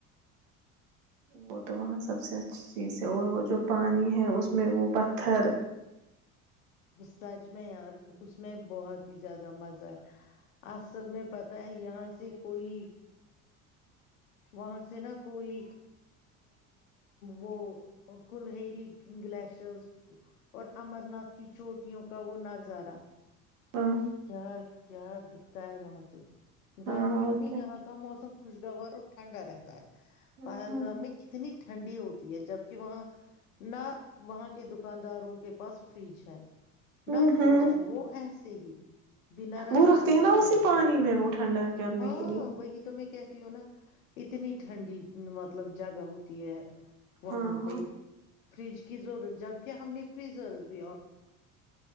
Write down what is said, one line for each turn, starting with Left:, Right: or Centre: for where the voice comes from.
Right: وہ تو وہاں سب سے اچھی چیز ہے اور وہ جو پانی ہے اس میں وہ پتھر <inaudible>
Left: سچ میں یار اس میں بہت ہی زیادہ مزہ ہے اصل میں پتا ہے یہاں سے کوئی وہاں سے نا کوئی وہ کلہری گلیشرس اور امر ناتھ کی چوٹیوں کا وہ نظارہ
Right: ہاں
Left: کیا <inaudible> کیا دکھتا ہے وہاں سے
Right: ہاں
Left: گرمیوں
Right: اور
Left: میں
Right: کیا
Left: یہاں کا موسم خوشگوار اور ٹھنڈا رہتا ہے
Right: ہاں
Left: پل
Right: ہاں
Left: گ میں کتنی ٹھنڈی ہوتی ہے جبک وہاں نہ وہاں کے دکانداروں کے پاس فریج ہے
Right: ہوں
Left: نہ کچھ
Right: ہوں
Left: ہے وہ ایسا <inaudible> ص ہی بنا راکچ
Right: وہ رکھتے
Left: ڈے
Right: ہیں
Left: کر
Right: نا اسی
Left: کے ہی چلتے
Right: پانی میں وہ ٹھنڈا کرنے
Left: ہاں
Right: کے لیے
Left: وہی تو میں کہتی ہوں نا اتنی ٹھنڈی مطلب جگہ ہوتی ہے وہاں
Right: ہاں ہاں
Left: پہ فریج کی ضرورت جبک ہم نے فریزر بھی